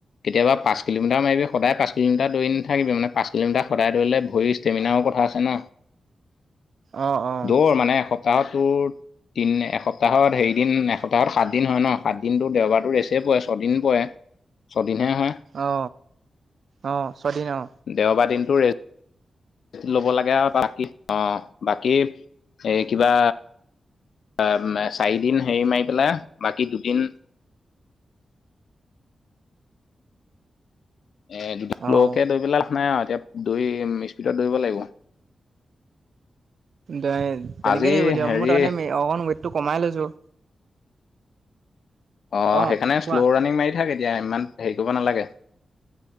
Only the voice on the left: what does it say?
কেতিয়াবা পাচ কিলোমিতাৰ মাৰিবি সদায় পাচ কিলোমিাৰ দৰি নেথাকিব ম। পাঁচ কিলোমিটাৰ সদায় ধৰিলে ভৰিৰ ষ্টেমিনাও কথা আছে ন।
দৌৰ মানে এসপ। প্তাহট তোৰ দিন এসপ্তাহত হেৰি দিন। সপ্তাহত সাতদিন হয় ন সাতদিনটো দেওবাৰটো ৰেচেই পৰে ছদিন পৰে ছদিনহে হয়।
দেওবাৰ দিনটো ৰেচ ল'ব লাগে আৰু বাকী, অ' বাকী, এই কিবা অ' মে চাৰিদিন হেৰি মাৰি পেলাই বাকী দুদিন এ <unintelligible> স্ল'
দৌৰি পেলাই লাভ নাই আৰু এতিয়া দৌৰি, স্পীডত দৌৰিব লাগিব
আজি
হেৰি
অ'
সেইকাৰণে
স্ল' ৰাণিং মাৰি থাক এতিয়া। ইমান হেৰি কৰিব নালাগে